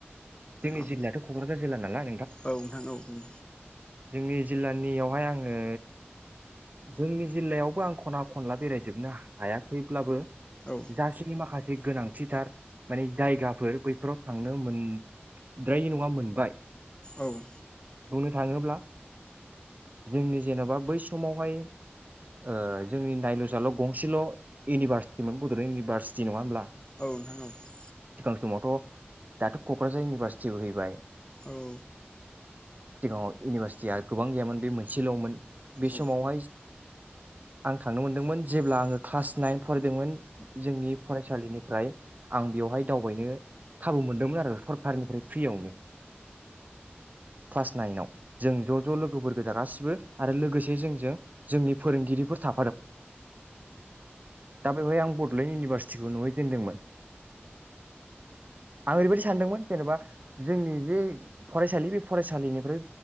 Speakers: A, on the right (about 40°); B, on the left (about 20°).
A: जोंनि
B: औ
A: जिल्लायाथ कक्राझार जिल्ला नालाय
B: औ नोंथां औ बुं
A: जोंनि जिल्लानियावहाय आङो जोंनि जिल्लायावबो आं खना खनला बेरायजोबनो हायाखैब्लाबो
B: औ
A: जासिनि माखासे मोनसे गोनांथिथार माने जायगाफोर बैफोराव थांनो मोनद्रायै नङा मोनबाय
B: औ।
A: बुंनो थाङोब्ला जोंनि जेनेबा बै समावहाय ओ। जों नायल जाल गंसेल इउनिभारसिटिमोन बडलेण्ड इउनिभारसिटि नङा होमब्ला
B: नोंथां औ
A: सिगां समावथ दाथ कक्राझार इउनिभारसिटिबो फैबाय
B: औ औ
A: सिगाङाव इउनिभारसिटिया गोबां गैयामोन बे मोनसेलमोन बे
B: औ
A: समावहाय आं थांनो मोनदोंमोन जेब्ला आङो क्लास नाइन फरायदोंमोन जोंनि फरायसालिनिफ्राय आं बेवहाय दावबायनो खाबु मोनदोंमोन आरो सरखारनिफ्राय फ्रियावनो क्लास नाइनाव जों ज ज लोगोफोर गोजा गासिबो आरो लोगोसे जोंजों जोंनि फोरोंगिरिफोर था दा बेवहाय आं बडलेण्ड इउनिभारसिटिखौ नुहैजेनदोंमोन आं ओरैबायदि सानदोंमोन जेनबा जोंनि जे फरायसालि बे फरायसालिनिफ्राय